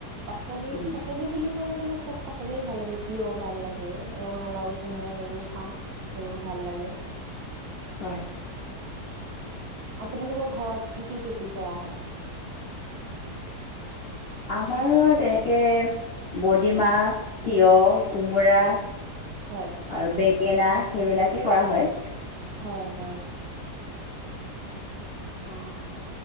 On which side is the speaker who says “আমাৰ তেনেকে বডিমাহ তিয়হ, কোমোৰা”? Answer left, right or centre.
Left